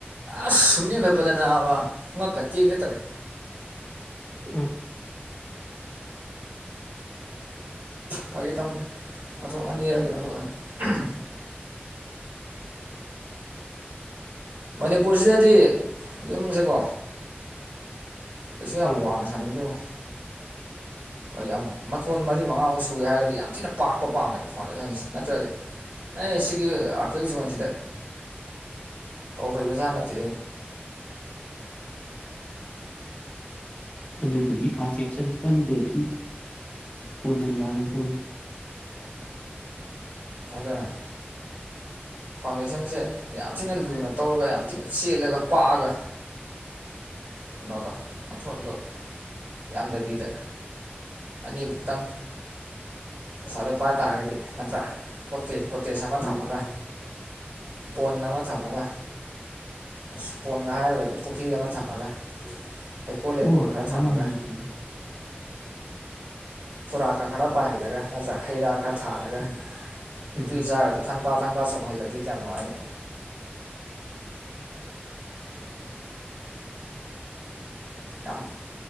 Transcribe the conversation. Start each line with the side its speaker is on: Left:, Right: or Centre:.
Right: ꯑꯁ ꯁꯨꯝ ꯌꯦꯡꯈꯠꯄꯗ ꯅꯥꯕ ꯉꯛꯀꯥ ꯇꯦꯛꯀ‌ꯦ ꯇꯧꯋꯦ
Left: ꯑꯝ
Right: ꯐꯥꯒꯤ ꯇꯧꯕꯅꯤꯗ ꯃꯊꯣꯜ ꯑꯅꯤꯔ ꯀꯩꯅ‌ꯣꯝ ꯑ‌ꯣꯏꯔꯝꯅꯤ ꯃꯅꯤꯄꯨꯔꯁꯤꯗꯗꯤ ꯌꯨꯝꯁꯦꯀꯣ ꯀꯩꯁꯨ
Left: ꯎꯝ
Right: ꯋꯥꯡꯅ ꯁꯅꯤꯡꯗ‌ꯦꯉ‌ꯣ ꯑꯩꯣꯏ ꯌꯥꯝ ꯃꯊꯣꯟ ꯃꯔꯤ ꯃꯉꯥꯃꯨꯛ ꯁꯨꯒꯦ ꯍꯥꯏꯔꯒꯗꯤ ꯌꯥꯝ ꯊꯤꯅ ꯄꯥꯛꯄ ꯄꯥꯝꯃꯦꯕ ꯐꯥꯎꯟꯗꯦꯁꯟꯁꯦ ꯅꯠꯇ꯭ꯔꯗꯤ ꯑꯩ ꯁꯤꯒꯤ ꯑꯥꯔꯄꯦꯛ ꯖꯣꯟꯁꯤꯗ ꯇꯧꯍꯩꯕꯖꯥꯠ ꯅꯠꯇꯦ
Left: ꯑꯗꯨꯗꯗꯤ ꯐꯥꯒꯦ ꯆꯅꯤꯄꯥꯟꯗꯗꯤ ꯍꯣꯅ ꯌꯥꯔꯣꯏꯗꯧꯔꯤ
Right: ꯑꯗꯨꯅ ꯐꯥꯎꯟꯗꯦꯁꯟꯁꯦ ꯌꯥꯝ ꯊꯤꯅ ꯂꯨꯅ ꯇꯧꯔꯒ ꯌꯥꯝ ꯊꯤꯅ ꯆꯦꯜꯂꯒ ꯄꯥꯛꯑꯒ ꯀꯩꯅꯣꯗ ꯃꯊꯣꯟꯗꯣ ꯌꯥꯝꯗꯕꯤꯗ ꯑꯅꯤꯃꯨꯛꯇꯪ ꯄꯩꯁꯥꯗꯣ ꯄꯥꯏ ꯇꯥꯔꯒꯗꯤ ꯅꯠꯇ꯭ꯔꯥ ꯀꯣꯇꯦ ꯀꯣꯇꯦꯖ ꯑꯃ ꯊꯝꯃꯒ
Left: ꯃꯥꯅꯤ ꯃꯥꯅꯤ
Right: ꯄꯣꯟ ꯑꯃ ꯊꯝꯃꯒ ꯑꯁ ꯄꯣꯟꯒ ꯍꯥꯏꯔꯔꯣꯏꯒꯦ ꯄꯨꯈ꯭ꯔꯤ ꯑꯃ ꯊꯝꯃꯒ ꯍꯩꯀꯣꯜ ꯂꯩꯀꯣꯜ
Left: ꯑꯣ
Right: ꯈꯔ
Left: ꯑꯗꯨꯃꯥꯏ
Right: ꯊꯝꯃꯒ
Left: ꯍꯥꯏꯔꯁꯨ ꯌꯥꯏ
Right: ꯀꯨꯔꯥꯛꯀ ꯈꯔ ꯄꯥꯏꯍꯜꯂꯒ ꯅꯠꯇ꯭ꯔꯒ ꯍꯩ ꯔꯥ ꯈꯔ ꯊꯥꯔꯒ
Left: ꯎꯝ ꯎꯝ
Right: ꯏꯇꯨ
Left: ꯎꯝ
Right: ꯏꯆꯥꯒꯗꯨ ꯐꯟꯐꯥ ꯐꯟꯐꯥ ꯆꯣꯡꯍꯜꯂꯗꯤ ꯀꯌꯥꯝ ꯅꯨꯡꯉꯥꯏꯅꯤ ꯌꯥꯝ